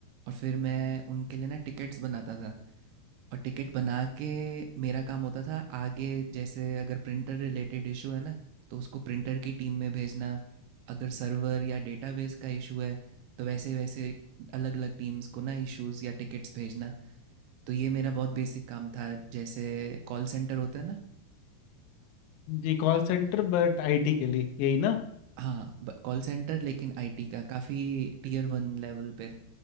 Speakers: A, on the right (about 80°); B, on the left (about 80°).
A: और फिर मैं उनके लिए ना टिकट्स बनाता था और टिकट बना के मेरा काम होता था आगे जैसे अगर प्रिंटर रिलेटेड इशू है ना तो उसको प्रिंटर की टीम में भेजना अगर सर्वर या डेटाबेस का इशू है तो वैसे वैसे अलग अलग टीम्स को ना इश्यूज या टिकट्स भेजना तो ये मेरा बहुत बेसिक काम था जैसे कॉल सेंटर होता है ना
B: जी कॉल सेंटर बट आईटी के लिए यही ना
A: हाँ कॉल सेंटर लेकिन आईटी का काफ़ी टीयर वन लेवल पे